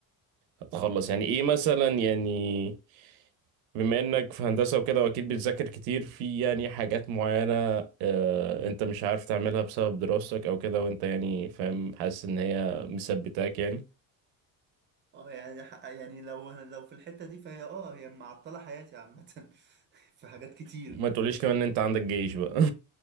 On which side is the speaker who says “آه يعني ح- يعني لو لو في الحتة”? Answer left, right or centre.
Right